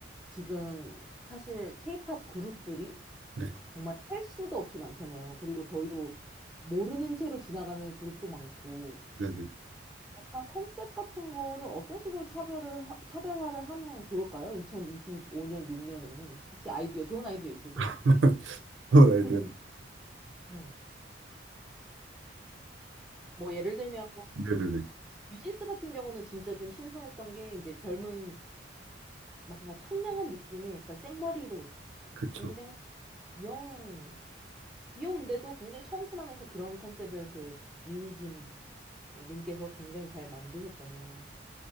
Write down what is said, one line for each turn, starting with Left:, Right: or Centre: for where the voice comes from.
Centre: 지금 사실 케이팝 그룹들이
Right: 네,
Centre: 정말 할 수도 없이 많잖아요. 그리고 저희도 모르는 채로 지나가는 그룹도 많고,
Right: 네네
Centre: 약간 컨셉 같은 거를 어떤 식으로 차별을, 하- 차별화를 하면 좋을까요? 2025년, 6년에는. 혹시 아이디어, 좋은 아이디어 있으세요?
Right: 그런 <laughs> 아이디어.
Centre: <laughs> 음. 뭐 예를 들면
Right: 네네네
Centre: 뉴진스 같은 경우는 진짜 좀 신선했던 게 이제 젊은 뭔가 청량한 느낌의 약간 생머리로
Right: 그쵸
Centre: 굉장히 귀여운 귀여운데도 굉장히 청순하면서 그런 컨셉을 그 미니진 어, 님께서 굉장히 잘 만드셨잖아요.